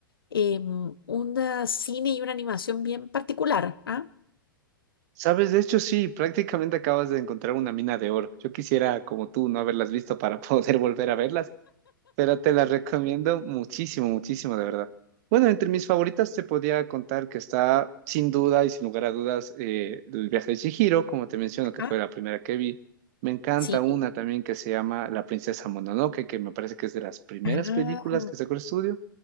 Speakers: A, on the left (about 80°); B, on the right (about 45°).
A: em, un cine y una animación bien particular. ¿Ah?
B: Sabes, de hecho, sí, prácticamente acabas de encontrar una mina de oro. Yo quisiera, como tú, no haberlas visto para poder <laughs> volver a verlas, pero te la recomiendo muchísimo, muchísimo, de verdad. Bueno, entre mis favoritas te podía contar que está sin duda y sin lugar a dudas eh, El viaje de Chihiro, como te menciono, que
A: Ajá,
B: fue la primera que vi. Me encanta
A: sí,
B: una también que se llama La princesa Mononoke, que me parece que es de las primeras
A: Ah,
B: películas que sacó el estudio.